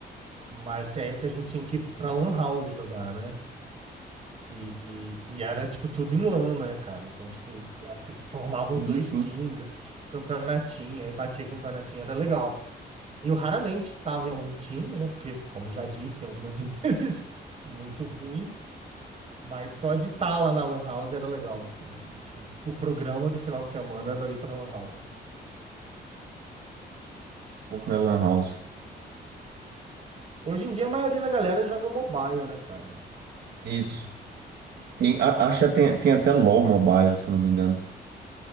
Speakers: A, on the right; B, on the right.
A: Mas CS a gente tinha que ir pra Lan House jogar, né? E, e era, tipo, tudo em LAN, né, cara? Então, tipo, a- se formavam
B: sim,
A: os dois
B: sim.
A: times,
B: Um
A: assim, tipo, campeonatinho, aí batia campeonatinho, era legal. Eu raramente tava em algum time, né? Porque, como já disse algumas <laughs> vezes, muito ruim. Mas só de estar lá na Lan House era legal, assim. Era, tipo, o programa do final de semana era ali pra Lan House.
B: pouco na Lan House.
A: Hoje em dia, a maioria da galera joga mobile, né, cara?
B: Isso. Tem, a- acho que tem, tem até LoL Mobile, se eu não me engano.